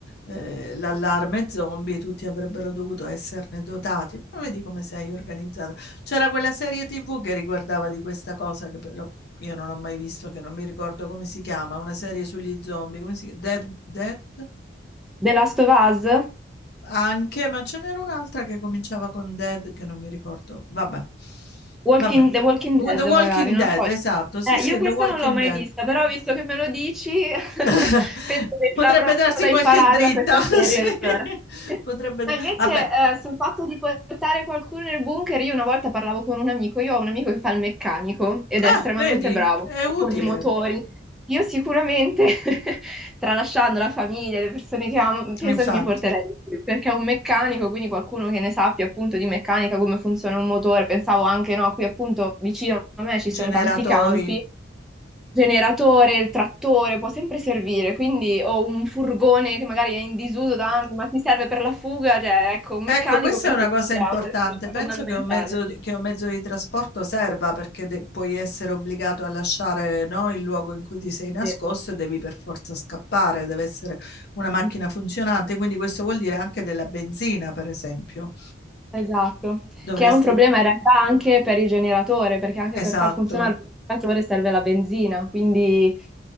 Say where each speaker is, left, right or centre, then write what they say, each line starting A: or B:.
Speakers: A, on the left (about 55°); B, in the centre.
A: eh, l'allarme zombie, tutti avrebbero dovuto esserne dotati. Ma vedi come sei organizzata. C'era quella serie TV che riguardava di questa cosa, che però io non ho mai visto, che non mi ricordo come si chiama, una serie sugli zombie, come si chiama? Dead, Dead?
B: The Last of Us?
A: Anche, ma ce n'era un'altra che cominciava con Dead che non mi ricordo. Vabbè,
B: Walking,
A: vabbè.
B: The Walking
A: The
B: Dead,
A: Walking
B: magari, non
A: Dead,
B: lo so.
A: esatto. Sì,
B: Eh,
A: sì,
B: io questa
A: The Walking
B: non l'ho mai
A: Dead.
B: vista, però visto che me lo dici, <laughs>
A: <laughs>
B: penso che
A: Potrebbe
B: avrò
A: darsi
B: da
A: qualche
B: imparare
A: dritta.
B: da questa
A: <laughs>
B: serie
A: sì.
B: allora.
A: Potrebbe
B: Ma
A: da-
B: invece,
A: Vabbè,
B: eh, sul fatto di portare qualcuno nel bunker, io una volta parlavo con un amico, io ho un amico che fa il meccanico ed
A: ah,
B: è estremamente
A: vedi?
B: bravo
A: È utile,
B: con i motori. Io sicuramente, <laughs> tralasciando la famiglia, le persone che amo, penso
A: infatti.
B: che mi porterei lui, perché è un meccanico, quindi qualcuno che ne sappia appunto di meccanica, come funziona un motore. Pensavo anche, no, qui appunto vicino a me ci sono
A: Generatori.
B: tanti campi generatore, il trattore può sempre servire, quindi o un furgone che magari è in disuso da anni, ma ti serve per la fuga, cioè ecco, un meccanico
A: Ecco, questa
B: penso
A: è una cosa
B: che sia
A: importante.
B: una risorsa
A: Penso
B: fondamentale.
A: che un mezzo di, che un mezzo di trasporto serva perché de- puoi essere obbligato a lasciare, no, il luogo in cui ti sei nascosto
B: Sì.
A: e devi per forza scappare. Deve essere una macchina
B: Mm.
A: funzionante. Quindi questo vuol dire anche della benzina, per esempio.
B: Esatto,
A: Dovresti...
B: che è un problema in realtà anche per il generatore, perché anche per
A: Esatto.
B: far funzionare il generatore serve la benzina, quindi